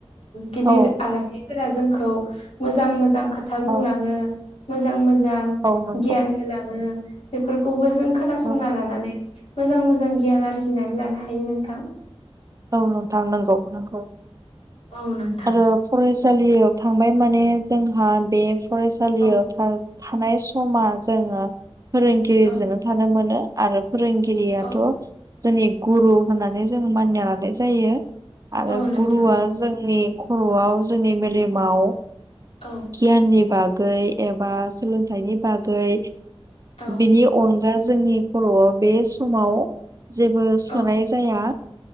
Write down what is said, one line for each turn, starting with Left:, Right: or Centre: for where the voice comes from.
Left: गिदिर
Right: औ
Left: आलासि फोरा जोंखौ मोजां मोजां खोथा बुंलाङो
Right: औ
Left: मोजां मोजां
Right: औ नंगौ
Left: गियान होलाङो बेफोरखौबो जों खोनासंना
Right: औ
Left: लानानै मोजां मोजां गियान आरजिनानै लानो हायो नोंथां।
Right: औ नोंथां नंगौ नंगौ
Left: औ नोंथां
Right: आरो फरायसालियाव थांबाय माने जोंहा बे फरायसालियाव
Left: औ
Right: थां थानाय समा जोङो फोरोंगिरिजोंनो
Left: औ
Right: थानो मोनो आरो फोरोंगिरियाथ'
Left: औ
Right: जोंनि गुरु होननानै जों मानिना लानाय जायो। आरो
Left: औ नोंथां
Right: गुरुआ जोंनि खर'आव जोंनि मेलेमाव
Left: औ
Right: गियाननि बागै एबा सोलोंथाइनि बागै
Left: औ
Right: बिनि अनगा जोंनि खर'आव बे समाव जेबो सोनाय
Left: औ
Right: <unintelligible> जाया